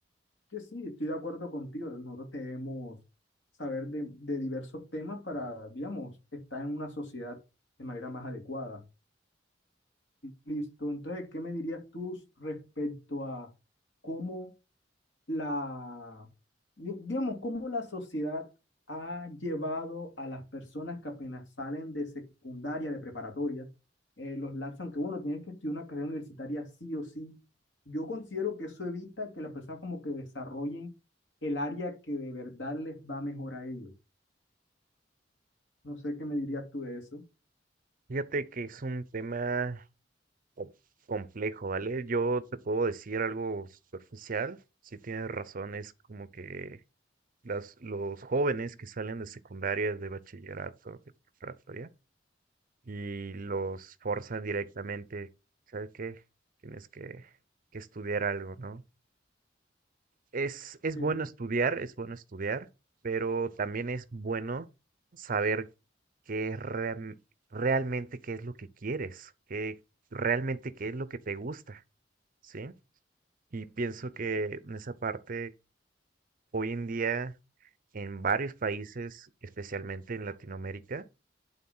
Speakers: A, on the left; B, on the right.
A: Que sí, estoy de acuerdo contigo. ¿no? Nosotros debemos saber de, de diversos temas para, digamos, estar en una sociedad de manera más adecuada. Listo. Entonces, ¿qué me dirías tú respecto a cómo la, di- digamos, cómo la sociedad ha llevado a las personas que apenas salen de secundaria, de preparatoria, eh, los lanzan que, bueno, tienes que estudiar una carrera universitaria sí o sí. Yo considero que eso evita que las personas como que desarrollen el área que de verdad les va mejor a ellos. No sé qué me dirías tú de eso.
B: Fíjate que es un tema co- complejo, ¿vale? Yo te puedo decir algo superficial, si tienes razón, es como que las, los jóvenes que salen de secundaria, de bachillerato, de preparatoria, y los forzan directamente, ¿sabes qué? Tienes que, que estudiar algo, ¿no? Es, es
A: Sí.
B: bueno estudiar, es bueno estudiar, pero también es bueno saber qué es ream- realmente qué es lo que quieres, qué realmente qué es lo que te gusta, ¿sí? Y pienso que en esa parte, hoy en día, en varios países, especialmente en Latinoamérica,